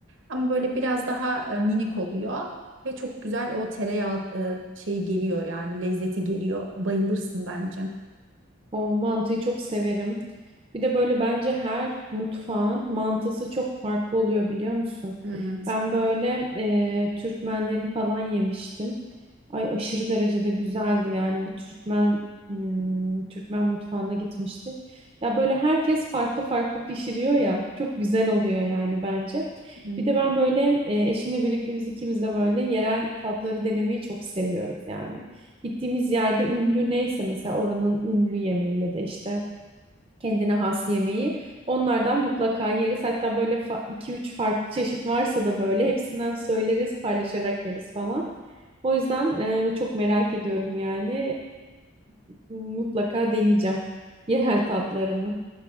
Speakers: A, on the right; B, on the right.
A: Ama böyle biraz daha e, minik oluyor. Ve çok güzel o tereyağı e, şeyi geliyor yani lezzeti geliyor. Bayılırsın bence.
B: O mantıyı çok severim. Bir de böyle bence her mutfağın mantısı çok farklı oluyor biliyor musun?
A: Evet.
B: Ben böyle e, Türkmenlerin falan yemiştim. Ay aşırı derecede güzeldi yani bir Türkmen hmm, Türkmen mutfağına gitmiştik. Ya böyle herkes farklı farklı pişiriyor ya çok güzel oluyor yani bence.
A: evet.
B: Bir de ben böyle e, eşimle birlikte biz ikimiz de böyle yerel tatları denemeyi çok seviyoruz yani. Gittiğimiz yerde ünlü neyse mesela oranın ünlü yemeği ya da işte kendine has yemeği onlardan mutlaka yeriz. Hatta böyle iki üç farklı çeşit varsa da böyle hepsinden söyleriz, paylaşarak yeriz falan. O yüzden e, çok merak ediyorum yani. E, mutlaka deneyeceğim yerel tatlarını.